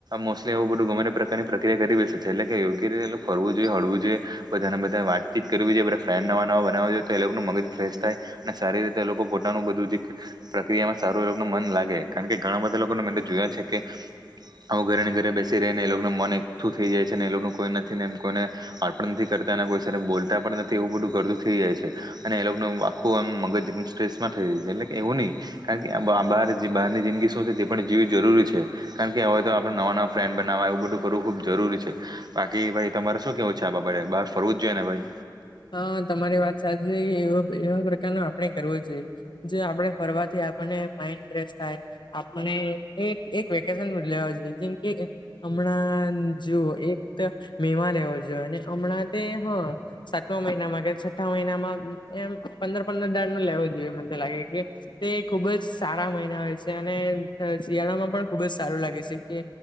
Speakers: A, on the right (about 55°); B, on the left (about 70°).
A: મોસ્ટલી એવું બધું ગમે તે પ્રકારની પ્રક્રિયા કરી બેસે છે એટલે કે યોગ્ય રીતે. ફરવું જોઈએ હળવું જોઈએ બધા ને બધા વાચીત કરવી જોઈએ બધા ફ્રેન્ડ નવા નવા બનાવા જોઇએ તો એનું મગજ ફ્રેશ થાય. અને સારી રીતે લોકો પોતાનું બધું જે પ્રક્રિયામાં સારું એ લોકોનું મન લાગે કારણ કે ઘણા બધા લોકોને મન જોયા છે કે આવું ઘરે ને ઘરે બેસી રહીને એ લોકોના મનને. થઈ જાય છે ને એ લોકોનું કોઈ નથી ને એમ કોઈને. અર્ પણણ નથી કરતા એના કોઈ બોલતા પણ નથી એવું બધું કરતું થઇ જાય છે <unintelligible> અને એ લોકોનું આખું આમ મગજ એ સ્ટ્રેસમાં થઈ એટલે કે એવું નહી. કારણ કે આમ બહાર બહારની જિંદગી શું છે તે પણ. જેવી જરૂરી છે કારણ કે હવે તો આપણે નવા નવા ફ્રેન્ડ બનાવવા એવું બધું કરવું ખૂબ જરૂરી છે. બાકી ભાઈ તમારે શું કેવું છે આ બબરે બાર ફરવું જ જોઈએ ને ભાઈ
B: હા તમારી વાત સાચી છે એ એવા પ્રકાર ન આપણે કરવો જોઈએ જે આપડણે ફરવાથી આપણને માઈન્ડ ફ્રેશ થાય. આપણે એક એક વેકેશન છે જેમ કે હમણાં જુઓ એક મેમા લેવો જોઈએ અને હમણાં તે હ સાતમા મહિનામાં કે છઠ્ઠા મહિનામાં એમ પંદર પંદર દાર નો લેવો જોઈએ મને તો લાગે કે તે ખુબ જ સારા મહિના હોય છે અને શિયાળામાં પણ ખુબ જ સારું લાગે છે કે